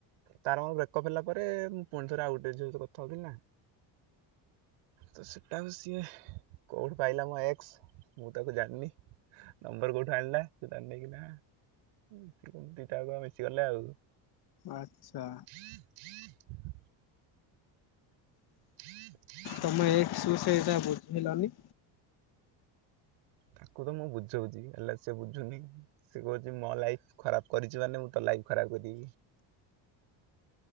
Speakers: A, on the right; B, on the left.
A: ତାର ମୋର ବ୍ରେକଅପ୍ ହେଲା ପରେ ମୁଁ ପୁଣି ଥରେ ଆଉ ଗୋଟେ ଝିଅ ସହିତ କଥା ହଉଥିଲି ନା। ତ ସେଟା ଆଉ ସିଏ କୋଉଠୁ ପାଇଲା ମୋ ଏକ୍ସ ମୁଁ ତାକୁ ଜାଣିନି। ନମ୍ବର କୋଉଠୁ ଆଣିଲା ସିଏ ତାର ନେଇକିନା ଉଁ ଉଁ ଦିଟାଯାକ ମିଶି ଗଲେ ଆଉ।
B: ଆଚ୍ଛା।
A: ଦଇ ଦଇ <unintelligible> ହ ହ <unintelligible>
B: ତମ ଏକ୍ସ କୁ ସେଇଟା ବୁଝେଇଲନି।
A: ତାକୁ ତ ମୁଁ ବୁଝଉଚି ହେଲେ ସେ ବୁଝୁନି। ସେ କହୁଚି ମୋ ଲାଇଫ୍‌ ଖରାପ କରିଚୁ ମାନେ ମୁଁ ତୋ ଲାଇଫ୍ ଖରାପ କରିବି।